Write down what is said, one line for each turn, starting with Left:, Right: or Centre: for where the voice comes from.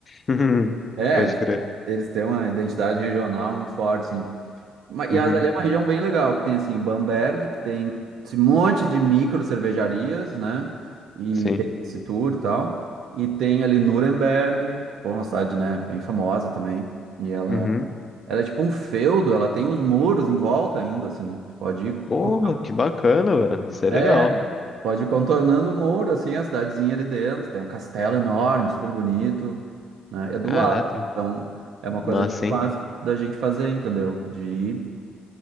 Left: <laughs>
Right: É,
Left: Pode
Right: eles,
Left: crer.
Right: eles têm uma identidade regional muito forte, assim. Ma- e-
Left: Uhum,
Right: Mas ali é uma região bem legal, que tem assim Bamberg, que tem esse monte de micro cervejarias, né? E
Left: sim.
Right: tem esse tour e tal. E tem ali Nuremberg, que pô, é uma cidade, né, bem famosa também. E ela,
Left: Uhum.
Right: ela é tipo um feudo, ela tem os muros em volta ainda, assim. Tu pode ir,
Left: Porra,
Right: con-
Left: que bacana, velho. Isso é
Right: é,
Left: legal.
Right: tu pode ir contornando o muro, assim, a cidadezinha ali dentro. Tem um castelo enorme, super bonito, né? É do
Left: Caraca.
Right: lado, então é uma
Left: Massa,
Right: coisa muito
Left: hein?
Right: fácil da gente fazer, entendeu? De ir